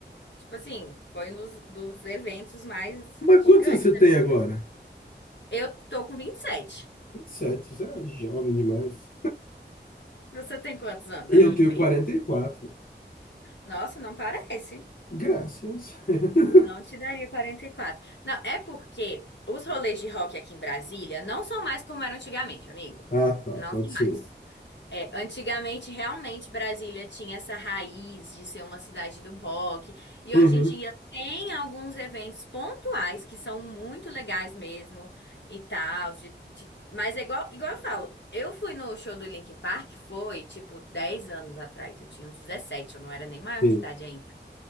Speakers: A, on the left; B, on the left.
A: Tipo assim, foi um dos, dos eventos mais
B: Mas
A: gigantes
B: quantos anos você
A: da
B: tem
A: minha
B: agora?
A: vida. Eu tô com vinte e sete
B: vinte e sete você é jovem demais.
A: Você tem quantos anos,
B: Eu
A: amigo
B: tenho
A: meu?
B: quarenta e quatro
A: Nossa, não parece.
B: Graças. <laughs>
A: Não te daria quarenta e quatro Não, é porque os rolês de rock aqui em Brasília não são mais como eram antigamente, amigo.
B: Ah, tá,
A: Não
B: pode
A: são mais.
B: ser.
A: É, antigamente, realmente, Brasília tinha essa raiz de ser uma cidade do rock, e
B: Uhum,
A: hoje em dia tem alguns eventos pontuais que são muito legais mesmo e tal. de- de- Mas é igual, igual eu falo, eu fui no show do Linkin Park, foi tipo 10 anos atrás, eu tinha uns 17. eu não era nem maior
B: sim.
A: de idade ainda.